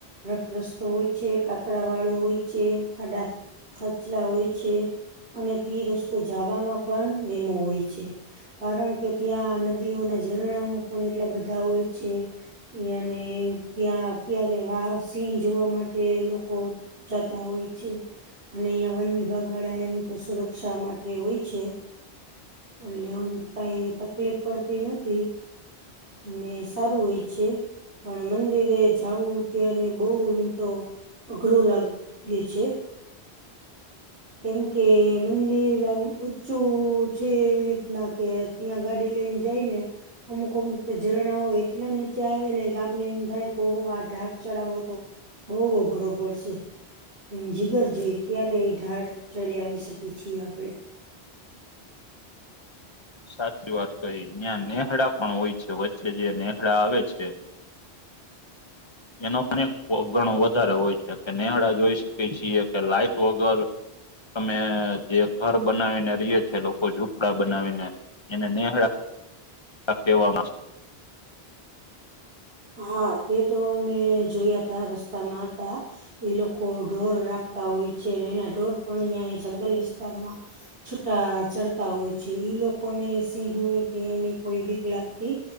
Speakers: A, on the right; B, on the left.
A: રફરસ્તો હોય છે કાકડા વાળું હોય છે ખાડા ખચલા હોય છે અને તે રસ્તો જવામાં પણ વીમો હોય છે. કારણ કે ત્યાં નદીઓના ઝરણાઓ પણ એટલા બધા હોય છે. અને ત્યાં ક્યારે વાહ સિંહ જોવા માટે લોકો જતા હોય છે અને અહિયાં વન વિભાગ વાળા એમ તો સુરક્ષા માટે હોય છે એટલેમ કઈ તકલીફ પડતી નથી અને સારું હોય છે પણ મંદિરે જવું ત્યારે બહ એમ તો અઘરો લાગ ગ છે. કેમ કે મંદિરમ ઊચું છે એવી રીતના કે ત્યાં ગાડી લઈને જઈને અમુક અમુક તો ઝરણાઓ એટલા નીચે આવે ને કે આપને એમ થાય કેહ આ ઢાાર ચડાવો તો બહુ અઘરો પડશે એમ જીગર જોઈ ત્યારે એ ઢાળ ચડી આવી શકી છીએ આપણેે
B: સાચી વાત કઈ ન્યા નેહડા પણ હોય છે, વચ્ચે જે નેહડા આવે છે. એનો અનેક ગણો વધારે હોય છે, કે નેહડા જોઈ શકી છીએ કે લાઈટ વગર. તમે જે ઘર બનાવીને રહીએ છી લોકો ઝૂપડા બનાવીને. એને નેહળા કહેવામાં.
A: હા તે તો મેં જોયા તા રસ્તામાં હતા. એ લોકો ઢોર રાખતા હોય છે, અને એના ઢોર પણ અહંયા એ જંગલ વિસ્તારમાં. છૂટા ચરતા હોય છે, એ લોકોને સિંહની કે એની કોઈ બીક લાગતી